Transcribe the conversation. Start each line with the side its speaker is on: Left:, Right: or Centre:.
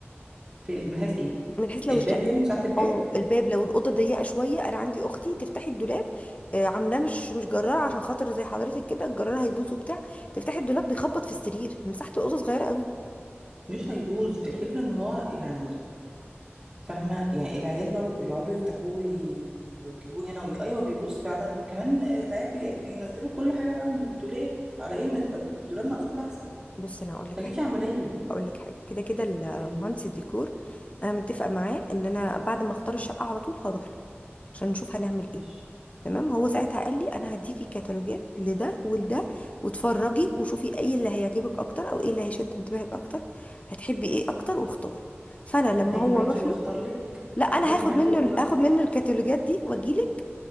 Right: في من حيث ايه
Left: من حيث لو
Right: الباب
Left: الشقه
Right: يعني وساعة الباب
Left: اه الباب لو الاوضه ضيقه شويه انا عندي اختي تفتحي الدولاب آه، عاملاه مش مش جرار عشان خاطر زي حضرتك كده الجرار هيبوظ وبتاع تفتحي الدولاب بيخبط في السرير مساحه الاوضه صغيره قوي
Right: مش هيبوظ الفكرة ان هو يعني فاهمة يعني العيال برضه بيقعدوا يفتحوه وي- ويوجبوه هنا وي... ايوه بيبوظ فعلا وكمان آه، العيال بي... بينزلوا كل حاجة بقى من الدولاب على ايه ما تبقى الدولاب مقفول احسن
Left: بص انا هقول لك
Right: خليكي
Left: حاجه
Right: عملية
Left: هقول لك حاجه كده كده المهندس
Right: قوليلي
Left: الديكور انا متفقه معاه ان انا بعد ما اختار الشقه على طول هروح له عشان نشوف هنعمل
Right: ماشي
Left: ايه تمام هو ساعتها قال لي انا هديكي كتالوجات لده ولده واتفرجي وشوفي ايه اللي هيعجبك اكتر او ايه اللي هيشد انتباهك اكتر هتحبي ايه اكتر واختاري فانا لما
Right: انا هاجي
Left: هو
Right: معاكي
Left: اروح
Right: واختار
Left: له
Right: لك
Left: لا انا
Right: ه- هاجي
Left: هاخد
Right: معاكي
Left: منه
Right: واختار
Left: ال- هاخد
Right: لك
Left: منه
Right: <laughs>
Left: الكتالوجات دي واجيلك